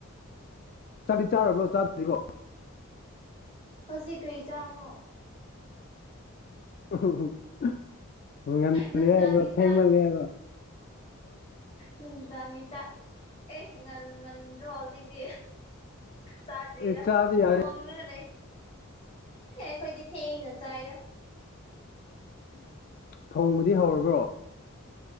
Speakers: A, on the left (about 45°); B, on the left (about 30°).
A: ꯆꯥꯗꯤ ꯆꯥꯔꯕ꯭ꯔꯣ ꯆꯥꯗ꯭ꯔꯤꯕꯣ
B: ꯍꯧꯖꯤꯛ ꯀꯔꯤ ꯏꯖꯥꯡꯅꯣ꯫
A: <unintelligible> ꯉꯜꯂꯦ
B: ꯅꯨꯡꯗꯥꯡꯒꯤ
A: ꯍꯥꯏꯕ꯭ꯔꯣ ꯊꯦꯡꯃꯜꯂꯦ
B: ꯆꯥꯛ
A: ꯍꯥꯏꯕ꯭ꯔꯣ
B: ꯅꯨꯡꯗꯥꯡꯒꯤ ꯆꯥꯛ ꯑꯦ ꯉꯜꯃꯟꯗ꯭ꯔꯣ ꯍꯧꯖꯤꯛꯇꯤ ꯆꯥꯗ꯭ꯔꯤꯗ
A: ꯑꯦ ꯆꯥꯕ ꯌꯥꯔꯦ
B: ꯊꯣꯡꯉꯒ ꯂꯩ ꯑꯦ ꯑꯩꯈꯣꯏꯗꯤ꯫ ꯊꯦꯡꯅ ꯆꯥꯏꯗ꯫
A: ꯊꯣꯡꯕꯗꯤ ꯍꯧꯔꯕ꯭ꯔꯣ